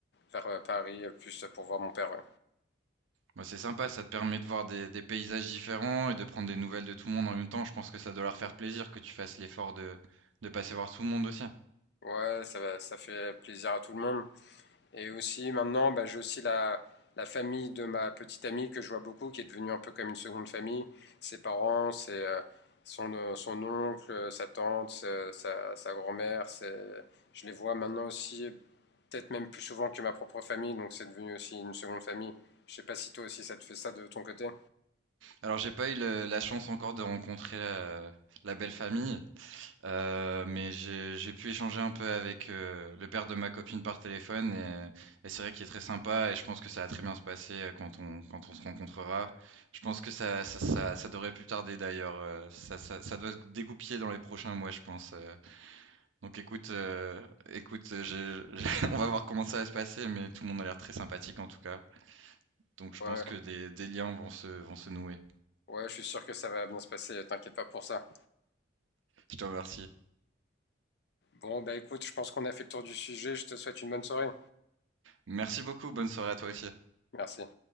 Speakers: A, on the left (about 55°); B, on the right (about 80°).
A: vers euh, Paris, euh, plus pour voir mon père. ouais.
B: Bah, c'est sympa, ça te permet de voir des, des paysages différents et de prendre des nouvelles de tout le monde en même temps. Je pense que ça doit leur faire plaisir que tu fasses l'effort de, de passer voir tout le monde aussi.
A: Ouais, ça va- ça fait plaisir à tout le monde. Et aussi, maintenant, bah, j'ai aussi la, la famille de ma petite amie que je vois beaucoup, qui est devenue un peu comme une seconde famille. Ses parents, ses, euh, son, euh, son oncle, euh, sa tante, sa, sa- sa grand-mère. c'est- Je les vois maintenant aussi, peut-être même plus souvent que ma propre famille, donc c'est devenu aussi une seconde famille. Je sais pas si toi aussi ça te fait ça de ton côté.
B: Alors, j'ai pas eu le- la chance encore de rencontrer la, la belle famille, euh, mais j'ai, j'ai pu échanger un peu avec euh, le père de ma copine par téléphone et, et c'est vrai qu'il est très sympa et je pense que ça va très bien se passer euh, quand on, quand on se rencontrera. Je pense que ça, ça, ça, ça devrait plus tarder d'ailleurs. euh, Ça, ça, ça doit se dégoupiller dans les prochains mois, je pense. euh. Donc écoute, euh, écoute, euh, j'ai- j'ai- <laughs> on va voir comment ça va se passer, mais tout le monde a l'air très sympathique en tout cas. Donc je
A: Ouais,
B: pense que des, des liens vont se, vont se nouer.
A: ouais, je suis sûr que ça va bien se passer, t'inquiète pas pour ça.
B: Je te remercie.
A: Bon, bah écoute, je pense qu'on a fait le tour du sujet, je te souhaite une bonne soirée.
B: Merci beaucoup, bonne soirée à toi aussi.
A: Merci.